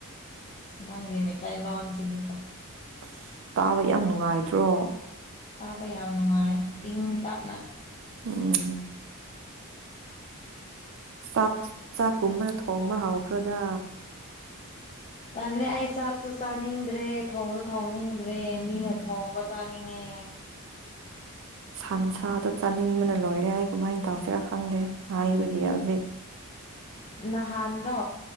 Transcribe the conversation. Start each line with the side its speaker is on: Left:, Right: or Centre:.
Left: ꯅꯪꯒꯤ ꯃꯩꯇꯩꯂꯣꯟ ꯁꯤꯗꯤꯀꯣ꯫
Right: ꯑꯁ ꯇꯥꯕ ꯌꯥꯝ ꯅꯨꯡꯉꯥꯏꯗ꯭ꯔꯣ?
Left: ꯇꯥꯕ ꯌꯥꯝ ꯅꯨꯡꯉꯥꯏ ꯏꯪ ꯇꯞꯅ
Right: ꯎꯝ ꯆꯥꯛ ꯆꯥꯛꯀꯨꯝꯕꯅ ꯊꯣꯡꯕ ꯍꯧꯈ꯭ꯔꯗ
Left: ꯇꯜꯂꯥ ꯆꯥꯛꯁꯨ ꯆꯥꯅꯤꯡꯗ꯭ꯔꯦ ꯊꯣꯡꯁꯨ ꯊꯣꯡꯅꯤꯡꯗ꯭ꯔꯦ ꯃꯤꯅ ꯊꯣꯡꯕ ꯆꯥꯅꯤꯡꯉꯦ꯫
Right: ꯁꯟꯁꯥꯗꯣ ꯆꯥꯅꯤꯡꯕꯅ ꯂꯣꯏꯔꯦ ꯑꯩ ꯀꯃꯥꯏꯅ ꯇꯧꯁꯤꯔꯥ ꯈꯪꯗꯦ ꯍꯥꯏꯕꯒꯤ ꯍꯧꯖꯤꯛ
Left: ꯅꯍꯥꯟꯗꯣ